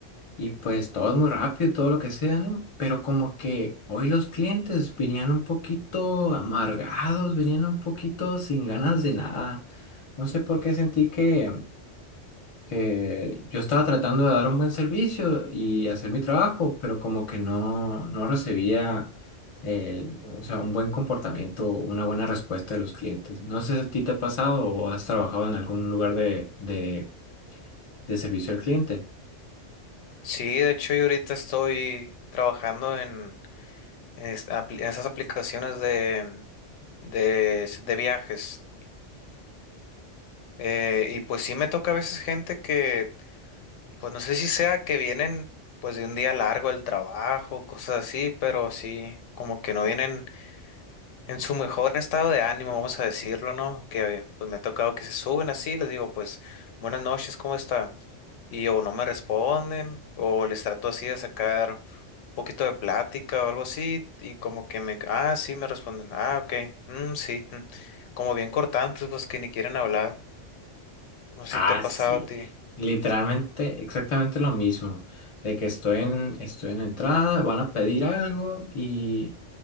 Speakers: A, on the left; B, on the left.
A: y pues todo es muy rápido, y todo lo que sea, ¿no? Pero como que hoy los clientes venían un poquito amargados, venían un poquito sin ganas de nada. No sé por qué sentí que que yo estaba tratando de dar un buen servicio y hacer mi trabajo,
B: Mm.
A: pero como que no, no recibía el, o sea, un buen comportamiento, una buena respuesta de los clientes. No sé si a ti te ha pasado o has trabajado en algún lugar de, de, de servicio al cliente.
B: Sí, de hecho yo ahorita estoy trabajando en, en es- apli- en esas aplicaciones de, de, s- de viajes. Eh, y pues sí me toca a veces gente que, pues no sé si sea que vienen pues de un día largo del trabajo, cosas así, pero sí, como que no vienen en su mejor estado de ánimo, vamos a decirlo, ¿no? Que pues me ha tocado que se suben así, les digo pues buenas noches, ¿cómo está? Y o no me responden, o les trato así de sacar poquito de plática o algo así, y como que me, ah, sí, me responden, ah, ok, mm, sí, mm". Como bien cortantes, pues que ni quieren hablar, no sé
A: Ah,
B: si te ha pasado
A: sí.
B: a ti.
A: Literalmente, exactamente lo mismo, de que estoy en, estoy en la entrada, van a pedir algo y...